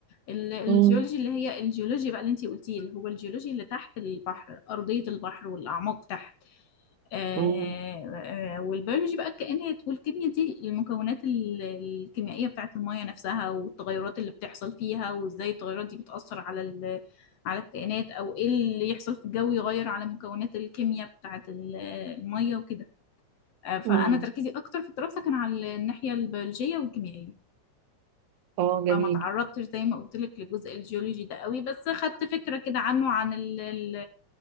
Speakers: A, on the left; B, on the right.
A: ال- الجيولوجي
B: مم.
A: اللي هي الجيولوجيا بقى اللي انت قلتيه اللي هو الجيولوجي اللي تحت البحر ارضيه البحر والاعماق تحت آه،
B: مم.
A: آه، والبيولوجي بقى الكائنات والكيمياء دي المكونات ال- الكيميائية بتاعت المية نفسها والتغيرات اللي بتحصل فيها وازاي التغيرات دي بتأثر على ال- على الكائنات او ايه اللي يحصل في الجو يغير على مكونات الكيمياء بتاعت ال- المية وكده آه، فأنا
B: مم.
A: تركيزي أكتر في الدراسة كان على الناحية البيولوجية والكيميائية
B: اه جميل
A: فما تعرضتش زي ما قلت لك لجزء الجيولوجي ده قوي بس خدت فكرة كده عنه عن ال-